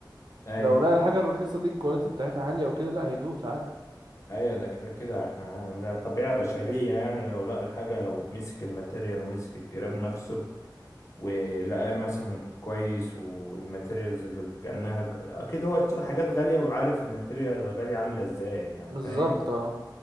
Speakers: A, on the left; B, on the right.
A: ايوه
B: لو لقى الحاجة الرخيصة دي الكواليتي بتاعتها عالية وكده لا هيدوس عادي
A: ايوه ده كده كده احنا ده طبيعة بشرية يعني لو لقى الحاجة لو مسك الماتيريال ومسك الجراب نفسه ولقاه مثلا كويس والماتيريالز اللي كأنها اكيد هو اشترى حاجات غالية وعارف الماتيريال الغالية عاملة ازاي يعني
B: بالظبط
A: فاهم
B: اه